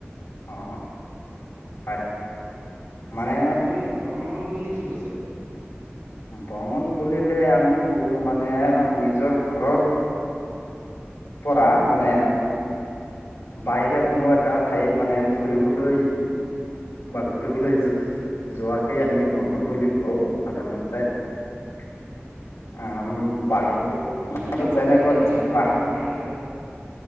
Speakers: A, on the left; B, on the right.
A: অ হয় মানে
B: আপুনি ভ্ৰমণ বুলিলে কি বুজে
A: ভ্ৰমন বুলিলে আমি বুজো মানে নিজৰ ঘৰৰ
B: <unintelligible>
A: পৰা মানে বাহিৰে কোনো এটা ঠাইত মানে ফুৰিবলৈ বা ঘূৰিবলৈ যোৱাকেই আমি ভ্ৰমণ বুলি কওঁ সাধাৰণতে <inaudible> আম বাহিৰত
B: আৰু ই কেৱল
A: যেনেকৈ
B: এটা ঠাইৰ পৰা আন নাই ঠাইত